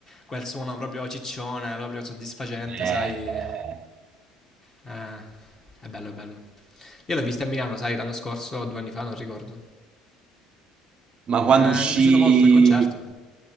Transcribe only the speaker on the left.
quel suono proprio ciccione, proprio soddisfacente,
sai, Ah, è bello, è bello. Io l'ho vista a Milano, sai, l'anno scorso o due anni fa, non ricordo.
Eh,
mi è piaciuto molto il concerto.